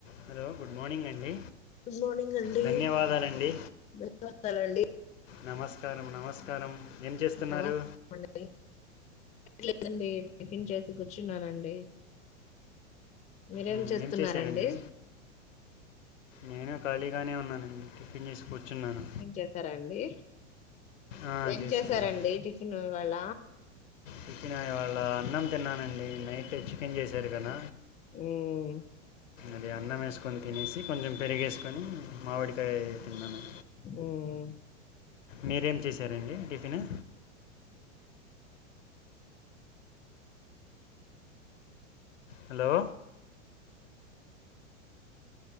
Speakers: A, on the left; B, on the left.
A: హలో గుడ్ మార్నింగ్ అండి
B: గుడ్ మార్నింగ్ అండి
A: ధన్యవాదాలండి
B: ధన్యవాదాలు అండి,
A: నమస్కారం నమస్కారం ఏం చేస్తున్నారు,
B: నమస్కారం అండి లేదండి టిఫిన్ చేసి కూర్చున్నానండి, మీరేం
A: మ్మ్,
B: చేస్తున్నారండి,
A: ఏం చేశారండి నేను ఖాళీగానే ఉన్నానండి, టిఫిన్ చేసి కూర్చున్నాను
B: ఏం చేసారా అండి,
A: ఆ,
B: ఏం
A: చేశానండి
B: చేసారండి టిఫిన్ ఇవాళ,
A: టిఫిన్ ఇవాళ, అన్నం తిన్నానండి నైట్, చికెన్ చేసా, ఎరుకన
B: మ్మ్,
A: అది అన్నం వేసుకుని తినేసి కొంచెం పెరిగేసుకొని మామిడి, టే తిన్నాను,
B: మ్మ్.
A: మీరేం చేశారండి టిఫిన్ ను, హలో